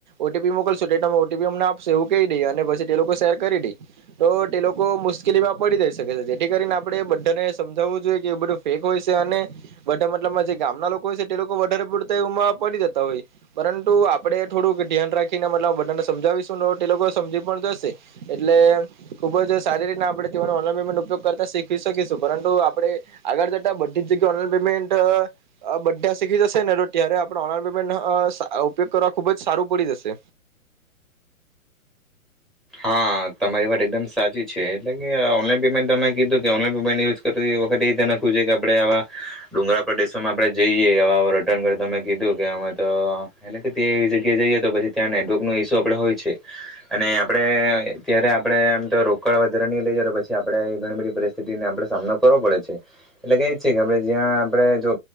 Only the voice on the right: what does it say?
ઓટીપી મોકલશું. તેતો ઓટીપી અમને આપશે એવું કહી દઈએ. અને પછી તે લોકો શેર કરી દે. તો તે લોકો મુશકેલીમાં પડી જાય શકે છે. જેથી કરીને આપણેે બધાને સમજાવવું જોઈએ કે એ બધું ફેક હોય છે. અને બધા મતલબમા જે ગામના લોકો હોય છે, તે લોકો વધારે પૂરતે એમાં પડી જતા હોય. પરંતુ આપડે થોડુંક ધ્યાન રાખીને મતલબ બધાને સમજાવીશું તે લોકો સમજી પણ જશે. એટલે ખુબ જ સારી રીતના આપડે ઓનલાન પેમેન્ટ ઉપયોગ કરતા શીખવી શકીશું. પરંતુ આપણેે આગળ જતા બધી જગ્યાએ ઓનલાઇન પેમેન્ટ અ બધા શીખી જશે ને તો ત્યારેઆપડે ઓનલાનેમેન્ટ નો સઅ ઉપયોગ કરવા ખુબજ સારું પડી જશે.